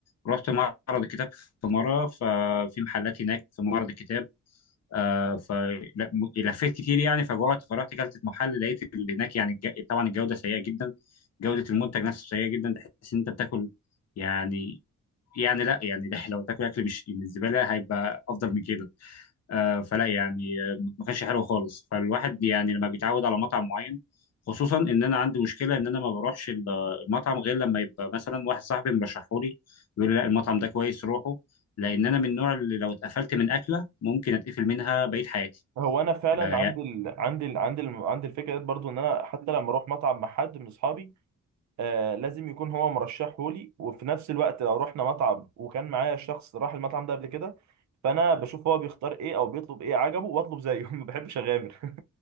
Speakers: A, on the left; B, on the right.
A: رحت معرض الكتاب في مره ففي محلات هناك في معرض الكتاب آه، فلفيت كتير يعني فجوعت فرحت اكلت في محل لقيت اللي هناك يعني الج- طبعا الجوده سيئه جدا جوده المنتج نفسه سيئه جدا تحس ان انت بتاكل يعني يعني لا يعني <laughs> لو تاكل اكل مش من الزباله هيبقى افضل من كده آه، فلا يعني آه، ما كانش حلو خالص فالواحد يعني لما بيتعود على مطعم معين خصوصا ان انا عندي مشكله ان انا ما بروحش ال- المطعم غير لما يبقى مثلا واحد صاحبي مرشحه لي بيقول لي لا المطعم ده كويس روحه لان انا من النوع اللي لو اتقفلت من اكله ممكن اتقفل منها بقيه حياتي
B: <laughs> هو انا فعلا
A: آه، يعني
B: عندي ال... عندي ال... عندي ال... عندي الفكره ديت برضو ان انا حتى لما اروح مطعم مع حد من اصحابي آه لازم يكون هو مرشحه لي وفي نفس الوقت لو رحنا مطعم وكان معايا شخص راح المطعم ده قبل كده فانا بشوف هو بيختار ايه او بيطلب ايه عجبه واطلب زيه <laughs> ما بحبش اغامر <laughs>